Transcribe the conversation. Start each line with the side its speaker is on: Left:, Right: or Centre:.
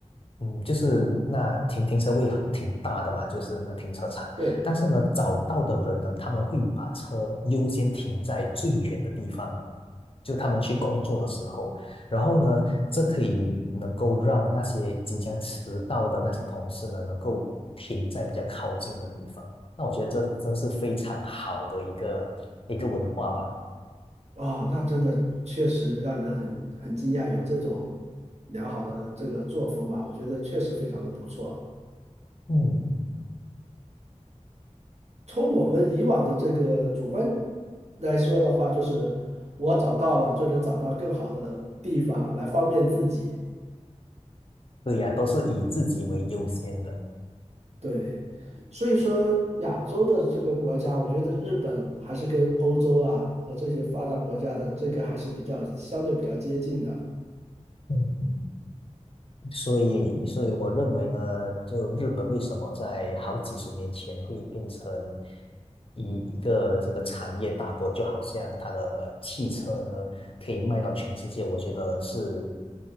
Left: 嗯，就是那停停车位挺大的嘛，就是那停车场，
Right: 对，
Left: 但是呢，找到的人呢，他们会把车优先停在最远的地方，就他们去工作的时候。然后呢，这可以能够让那些即将迟到的那些同事呢，能够停在比较靠近的地方。那我觉得这真是非常好的一个一个文化吧。
Right: 啊，那真的确实让人很很惊讶，有这种良好的这个作风吧，我觉得确实非常的不错。
Left: 嗯，
Right: 从我们以往的这个主观来说的话，就是我找到了就能找到更好的地方来方便自己。
Left: 对呀，都是以自己为优先的。
Right: 对，所以说亚洲的这个国家，我觉得日本还是跟欧洲啊和这些发达国家的这个还是比较相对比较接近的。
Left: 嗯，所以，所以我认为呢，就日本为什么在好几十年前会变成一一个这个产业大国，就好像它的汽车呢可以卖到全世界，我觉得是